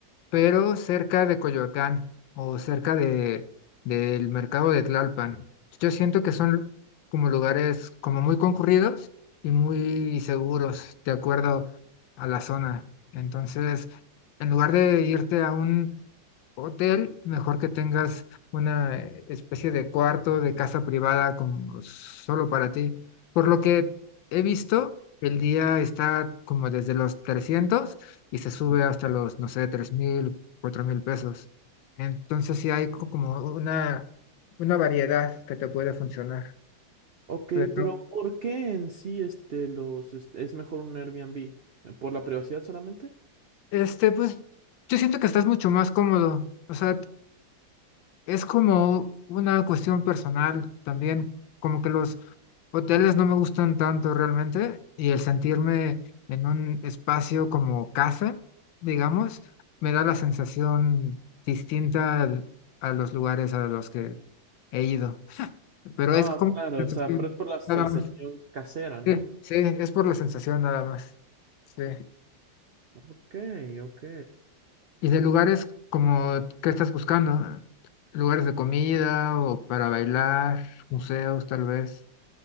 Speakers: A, on the left; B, on the right.
A: pero cerca de Coyoacán o cerca de, del mercado de Tlalpan. Yo siento que son como lugares como muy concurridos y muy seguros, de acuerdo a la zona. Entonces, en lugar de irte a un hotel, mejor que tengas una especie de cuarto, de casa privada como solo para ti. Por lo que he visto, el día está como desde los 300 y se sube hasta los, no sé, tres mil, cuatro mil pesos. Entonces sí hay co- como una, una variedad que te puede funcionar.
B: Ok,
A: Pero
B: pero ¿por qué en sí este los es, es mejor un Airbnb? ¿Eh, ¿Por la privacidad solamente?
A: este, pues yo siento que estás mucho más cómodo. O sea, es como una cuestión personal también, como que los hoteles no me gustan tanto realmente y el sentirme en un espacio como casa, digamos, me da la sensación distinta al- a los lugares a los que he ido. Pero
B: Ah,
A: es como
B: claro,
A: sensación,
B: o sea, pero es por la sensación
A: nada más.
B: casera, ¿no?
A: Sí, sí, es por la sensación nada más. Sí.
B: Ok, ok.
A: Y de lugares como, ¿qué estás buscando? Lugares de comida o para bailar, museos tal vez.